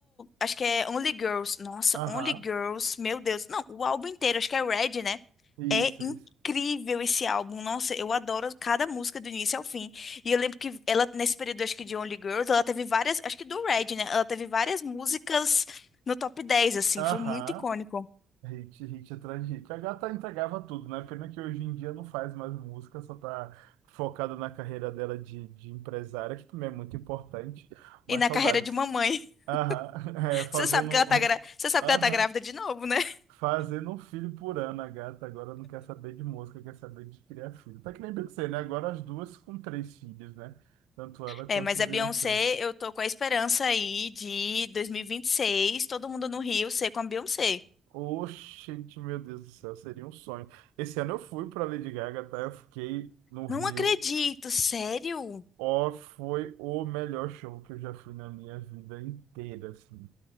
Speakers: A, on the left; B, on the right.
A: acho que é Only Girls. Nossa,
B: Aham,
A: Only Girls, meu Deus. Não, o álbum inteiro, acho que é Red, né?
B: isso,
A: É incrível
B: isso.
A: esse álbum. Nossa, eu adoro cada música do início ao fim. E eu lembro que ela, nesse período, acho que de Only Girls, ela teve várias, acho que do Red, né? Ela teve várias músicas no top 10 assim,
B: Aham,
A: foi muito icônico.
B: hit, hit atrás de hit. A gata entregava tudo, né? Pena que hoje em dia não faz mais música, só tá focada na carreira dela de, de empresária, que também é muito importante. Mas
A: E na
B: saudades.
A: carreira de mamãe.
B: Aham,
A: <laughs>
B: <laughs> é, fazendo...
A: Você sabe que
B: um-
A: ela tá, gra- você sabe
B: Aham,
A: que ela tá grávida de novo, né? <laughs>
B: Fazendo um filho por ano, a gata agora não quer saber de mosca, quer saber de criar filho. Tá que nem você, né? Agora as duas com três filhos, né? Tanto ela
A: É,
B: quanto
A: mas
B: o
A: a
B: Beyoncé.
A: Beyoncé, eu tô com a esperança aí de 2026, todo mundo no Rio ser com a Beyoncé.
B: Oxente, meu Deus do céu, seria um sonho. Esse ano eu fui pra Lady Gaga, tá? Eu fiquei no Rio.
A: Não acredito, sério?
B: Ó, foi o melhor show que eu já fui na minha vida inteira, assim.